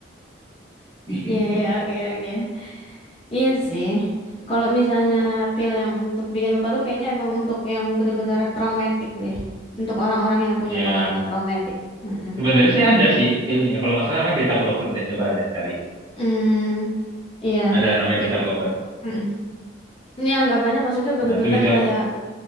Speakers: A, on the right; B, on the left.
A: <laughs>
B: Iya iya oke oke. Iya sih. Kalau misalnya pil yang untuk bikin lupa tuh kayaknya emang untuk yang bener-bener traumatik deh. Untuk orang-orang yang punya
A: Ya,
B: pengalaman traumatik. Mm-mm.
A: sebenarnya sih ada sih pilnya. Kalau nggak salah namanya beta blocker deh. Coba aja cari.
B: Hmm, iya.
A: Ada namanya
B: Bet-
A: beta blocker.
B: mm-mm. Ini anggapannya maksudnya bener-bener
A: Nah, itu bisa
B: kayak